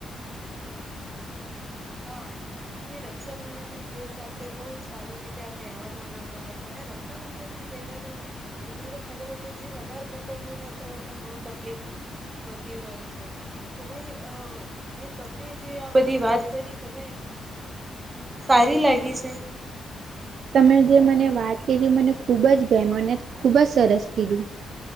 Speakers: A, on the right (about 20°); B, on the right (about 60°).
A: હ. એ રક્ષાબંધનના દિવસે આપડે બહુ સારી રીતે આ તહેવાર મનાવતા હોય છે ને રક્ષાબંધન. તહેવારો તમને તો ખબર <unintelligible> છે જે વધારે કરતો દૂર રહેતો હોય એને બઉ તકલીફ. થતી હોય બધી અ જે તમને જે આ બધી વાત કરી. તમે <unintelligible> સારી લાગી છે?
B: તમે જે મને વાત કીધી મને ખૂબ જ ગયમું અને ખૂબ જ સરસ કીધું.